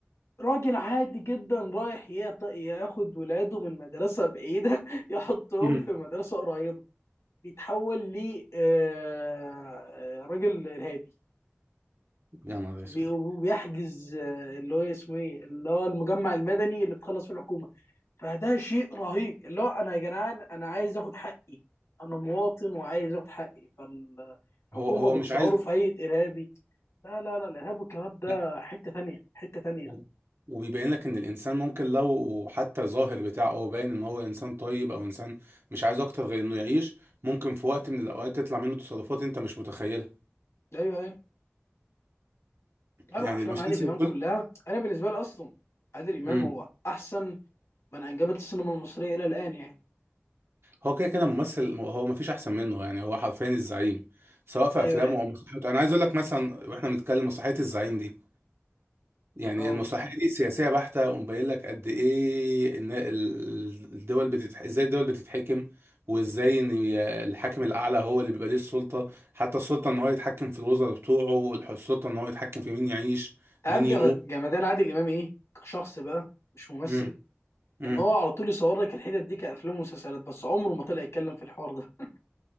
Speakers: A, on the left; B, on the right.
A: راجل عادي جدا رايح يط- ياخد ولاده من مدرسة بعيدة <laughs> يحطهم
B: <laughs>
A: في مدرسة قريبة بيتحول ل آه، آه، راجل إرهابي
B: يا نهار
A: وبي-
B: اسود
A: وبيحجز آه، اللي هو اسمه ايه اللي هو المجمع المدني اللي بتخلص فيه الحكومه فده شيء رهيب اللي هو انا يا جدعان انا عايز اخد حقي انا مواطن وعايز اخد حقي فالحكومه
B: هو هو مش
A: بتصوره
B: عايز
A: في هيئه ارهابي لا لا لا الارهاب والكباب ده
B: لا
A: حته تانية حته تانية
B: و- وبيبين لك ان الانسان ممكن لو حتى ظاهر بتاعه هو باين ان هو انسان طيب او انسان مش عايز اكتر غير انه يعيش ممكن في وقت من الاوقات تطلع منه تصرفات انت مش متخيلها
A: ايوه ايوه لا لا
B: يعني
A: افلام
B: المسلسل
A: عادل امام
B: كله
A: كلها انا بالنسبه لي اصلا عادل امام
B: امم
A: هو احسن من انجبت السينما المصريه الى الان يعني
B: هو كده كده ممثل هو ما فيش احسن منه يعني هو حرفيا الزعيم سواء في
A: ايوه
B: افلامه
A: ايوه
B: او مسرحياته انا عايز اقول لك مثلا واحنا بنتكلم مسرحيه الزعيم دي يعني
A: اه
B: المسرحيه دي سياسيه بحته ومبين لك قد ايه ان ال- الدول بتتح... ازاي الدول بتتحكم وازاي ان ي- الحاكم الاعلى هو اللي بيبقى ليه السلطه حتى السلطه ان هو يتحكم في الوزراء بتوعه الح- السلطه ان هو يتحكم في مين يعيش
A: انت
B: مين
A: عارف جم-
B: يموت
A: جمدان عادل امام ايه كشخص بقى مش ممثل
B: امم امم
A: ان هو على طول يصور لك الحتت دي كافلام ومسلسلات بس عمره ما طلع يتكلم في الحوار ده